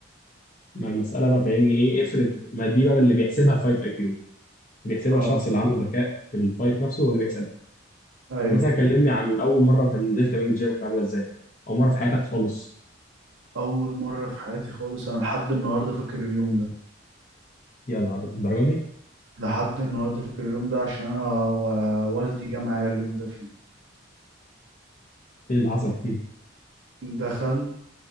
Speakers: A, on the left; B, on the right.
A: ما المساله بقى فاهمني ايه افرض ما دي بقى اللي بيحسبها الفايت اي كيو اللي بيحسبها
B: اه
A: الشخص اللي عنده ذكاء في الفايت نفسه ولا بيحسبها
B: ايوه
A: مثلا كلمني عن اول مره انت نزلت تمرين الجيم كانت عامله ازاي او مره في حياتك خالص
B: اول مرة في حياتي خالص انا لحد النهاردة فاكر اليوم ده
A: يا نهار الدرجه دي
B: لحد النهارده فاكر اليوم ده عشان انا و- والدي جه معايا اليوم ده فيه
A: ايه اللي حصل احكي لي
B: دخل